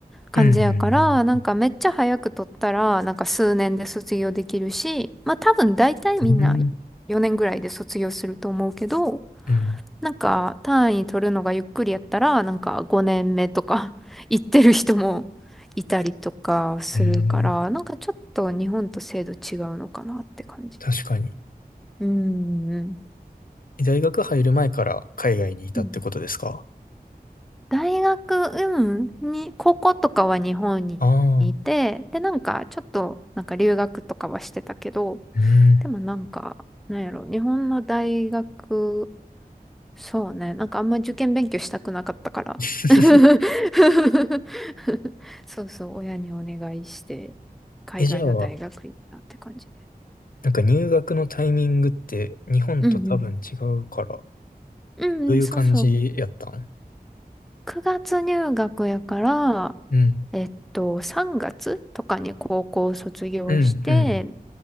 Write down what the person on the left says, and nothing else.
うん、
うん、うん。
うん、
うん。うん
確かに。
え大学入る前から海外にいたってことですか
ああ
ー、うん。
<laughs>
え、じゃあ、なんか入学のタイミングって日本と多分違うから、
どういう感じやったん
うん。
うん、うん、